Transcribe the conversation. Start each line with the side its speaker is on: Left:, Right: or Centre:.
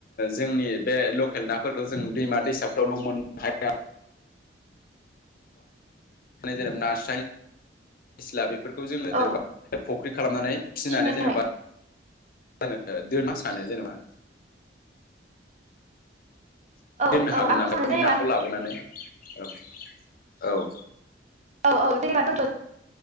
Left: जोंनि बे लकेल नाफोरखौ जों दैमा दैसाफ्रावल' मोननो हाया
Right: <unintelligible>
Left: जेरै नास्राइ निस्ला बेफोरखौ जोङो
Right: औ
Left: जेनेबा फुख्रि खालामनानै फिसिनानै
Right: फिसिनोहाय
Left: जेनेबा <unintelligible> दुइ मा सानो जेनेबा
Right: औ
Left: दोननो हागोन
Right: औ आंथ'
Left: नामा
Right: सानो
Left: बेफोरनि
Right: जेनेबा
Left: नाखौ लाबोनानै औव औव।
Right: औव औव <unintelligible> द माथ